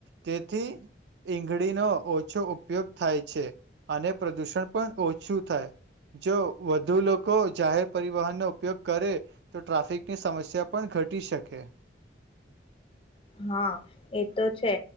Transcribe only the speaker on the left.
હા એ તો છે